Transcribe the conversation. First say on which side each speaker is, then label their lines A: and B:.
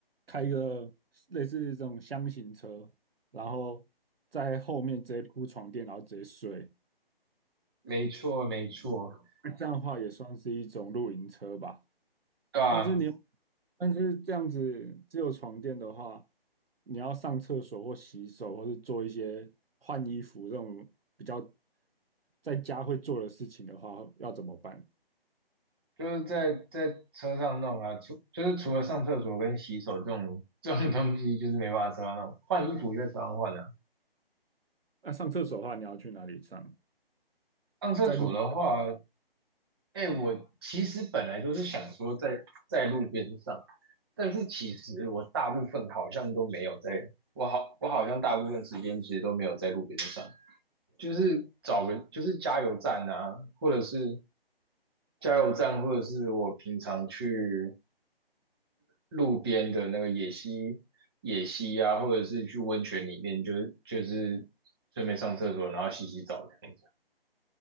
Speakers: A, on the right (about 70°); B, on the right (about 25°).
A: 开一个类似这种箱型车，然后在后面直接铺床垫，然后直接睡，
B: 没错，没错，
A: 那这样的话也算是一种露营车吧？
B: 对啊，
A: 但是你，但是这样子只有床垫的话，你要上厕所或洗手，或是做一些换衣服这种比较在家会做的事情的话，要怎么办？
B: 就是在在车上弄啊，除就是除了上厕所跟洗手这种这种东西，就是没办法车上弄。换衣服就在车上换啊。
A: 那、上厕所的话，你要去哪里上？
B: 上厕所的话，
A: 在路边，
B: 哎，我其实本来就是想说在在路边上，但是其实我大部分好像都没有在，我好我好像大部分时间其实都没有在路边上。就是找个就是加油站啊，或者是加油站，或者是我平常去路边的那个野溪、野溪啊，或者是去温泉里面，就是就是顺便上厕所，然后洗洗澡这样子。